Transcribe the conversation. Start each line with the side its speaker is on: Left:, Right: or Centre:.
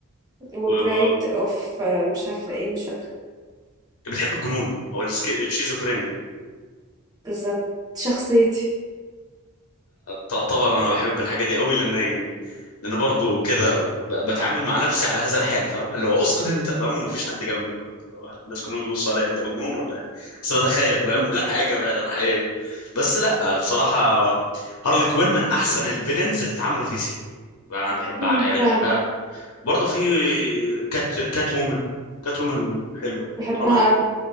Right: وBride
Left: و... و...
Right: of مش عارفة إيه، مش فاكرة
Left: بتحب الجنون او السكي... الشيزوفرينيا
Right: بالضبط، دي شخصيتي.
Left: تعتبر انا بحب الحاجه دي قوي لان لان برضو كده ب- بتعامل مع نفسي على هذا الحال فاهم اللي هو اسكت انت فاهم ومفيش حد جنبي فاهم اللي هو الناس كلهم بيبصوا عليا انت مجنون ولا ايه بس بتخيل فاهم
Right: إمم،
Left: <laughs> الحياه جميله الحياه إيه. بس لا بصراحه هارلي كوين من احسن الفيلنز اللي اتعملوا في دي سي انا بحب
Right: إمم،
Left: يعني
Right: فعلًا
Left: بحبها وبرضه في كات كات وومن كات وومن حلوه
Right: باحبها
Left: حرام عليك
Right: أوي.